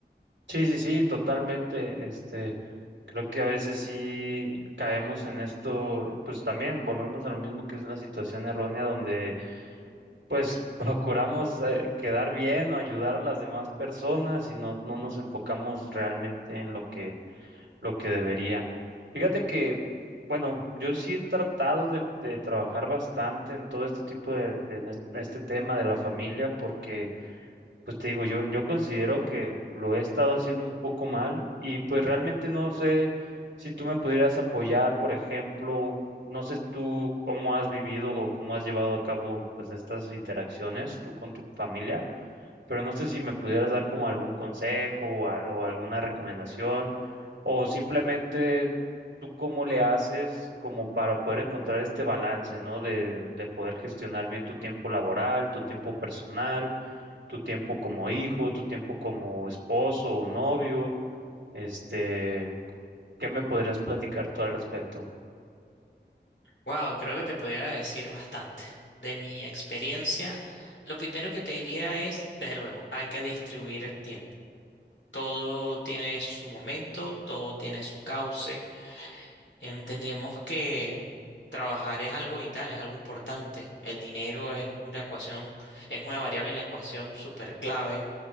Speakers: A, on the right; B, on the left.
A: Sí, sí, sí, totalmente. Este, creo que a veces sí caemos en esto, pues también volvemos a lo mismo que es la situación errónea donde pues <laughs> procuramos eh, quedar bien o ayudar a las demás personas y no, no nos enfocamos realmente en lo que, lo que debería. Fíjate que, bueno, yo sí he tratado de, de trabajar bastante en todo este tipo de, en este este tema de la familia porque pues te digo, yo, yo considero que lo he estado haciendo un poco mal y pues realmente no sé si tú me pudieras apoyar, por ejemplo, no sé tú cómo has vivido o cómo has llevado a cabo pues estas interacciones tú con tu familia pero no sé si me pudieras dar como algún consejo o, al- o alguna recomendación o simplemente tú cómo le haces como para poder encontrar este balance, ¿no? De, de poder gestionar bien tu tiempo laboral, tu tiempo personal, tu tiempo como hijo, tu tiempo como esposo o novio, este, ¿qué me podrías platicar tú al respecto?
B: Wow, creo que te pudiera decir bastante. De mi experiencia, lo primero que te diría es, desde luego, hay que distribuir el tiempo. Todo tiene su momento, todo tiene su cauce. Entendemos que trabajar es algo vital, es algo importante. El dinero es una ecuación, es una variable en la ecuación súper clave